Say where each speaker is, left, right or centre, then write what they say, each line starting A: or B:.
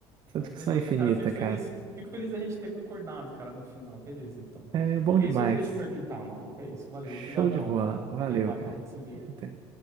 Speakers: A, on the right (about 50°); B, on the right (about 30°).
A: Essa
B: Não,
A: discussão
B: beleza,
A: é infinita,
B: cara. Fico feliz,
A: cara.
B: fico feliz da gente ter concordado, cara, no final. Beleza, então.
A: É bom
B: É
A: demais.
B: isso que eu queria te perguntar, maluco. É isso. Valeu.
A: Show
B: Obrigadão,
A: de bola.
B: cara.
A: Valeu,
B: Até mais,
A: cara.
B: a gente se vê.
A: Até.